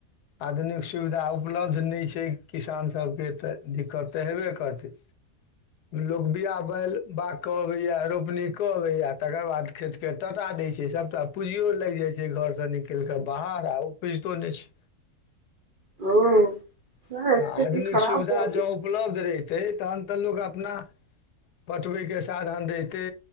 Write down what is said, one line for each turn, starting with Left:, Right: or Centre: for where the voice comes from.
Left: आधुनिक सुविधा उपलब्ध नइ छै किसान सभके तऽ दिक्कत तऽ हेबे करतै लोग बिआ बैल बाग तनी होइय य रोपनी कऽ अबैय य तकर बाद खेत के टा या दै छै सबटा पूंजियो लागि जाइ छै घर से निकल कऽ बाहर ओ पुजितो नइ छै
Right: हूँ सएह
Left: आधुनिक
Right: स्थिति खराब
Left: सुविधा
Right: भऽ गेल
Left: जँ उपलब्ध रहितै तखन तऽ लोक अपना पटबै के साधन रहितै